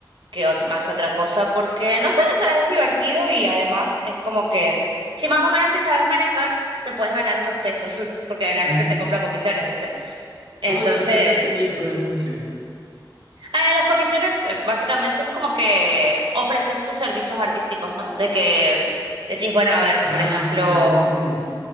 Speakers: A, on the right; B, on the right.
A: que ot- más que otra cosa, porque no sé, o sea, es divertido y además es como que si más o menos te sabes manejar, te puedes ganar unos pesos, <laughs> porque la
B: ujú.
A: gente te compra comisiones, ¿viste? Entonces,
B: ¿Cómo no no- no entendí eso de las comisiones?
A: eh, las comisiones eh, básicamente es como que ofreces tus servicios artísticos, ¿no? De que decís, bueno, a ver,
B: Ah,
A: por ejemplo,
B: sí, sí, ahora ent- entendí.